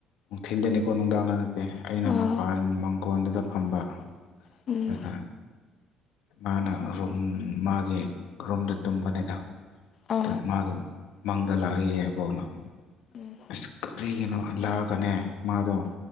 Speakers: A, on the left; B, on the left.
A: ꯅꯨꯡꯊꯤꯟꯗꯅꯤꯀꯣ ꯅꯨꯡꯗꯥꯡꯗ ꯅꯠꯇꯦ ꯑꯩꯅ
B: ꯑꯥ
A: ꯃꯄꯥꯟ ꯃꯪꯒꯣꯟꯗꯨꯗ ꯐꯝꯕ
B: ꯎꯝ
A: ꯑꯗꯨꯗ ꯃꯥꯅ ꯔꯨꯝ ꯃꯥꯒꯤ ꯔꯨꯝꯗ ꯇꯨꯝꯕꯅꯤꯗ
B: ꯑꯥ
A: ꯑ <unintelligible> ꯃꯥꯒꯤ ꯃꯥꯡꯗ ꯂꯥꯛꯑꯦꯌꯦ ꯑꯕꯣꯛꯅ
B: ꯎꯝ
A: ꯑꯁ ꯀꯔꯤꯒꯤꯅꯣ ꯌꯔꯒꯥꯅꯦ ꯃꯥꯗꯣ